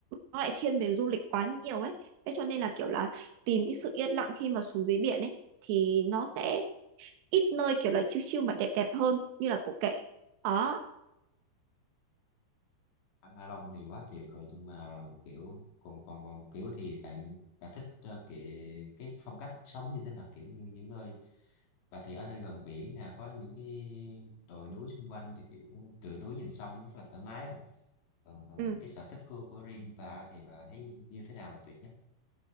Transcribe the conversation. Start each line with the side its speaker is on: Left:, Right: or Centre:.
Right: nó lại thiên về du lịch quá nhiều ấy thế cho nên là kiểu là tìm cái sự yên lặng khi mà xuống dưới biển ấy thì nó sẽ ít nơi kiểu là chill chill mà đẹp đẹp hơn như là cậu kể đó
Left: Anh Hạ Long thì quá tuyệt rồi nhưng mà kiểu còn còn còn kiểu thì bạn bạn thích uh, cái cái phong cách sống như thế nào kiểu như những nơi và thì ở nơi gần biển nè có những cái đồi núi xung quanh thì kiểu tựa núi nhìn sông rất là thoải mái rồi còn còn
Right: ừ
Left: cái sở thích của của riêng bà thì bà thấy như thế nào là tuyệt nhất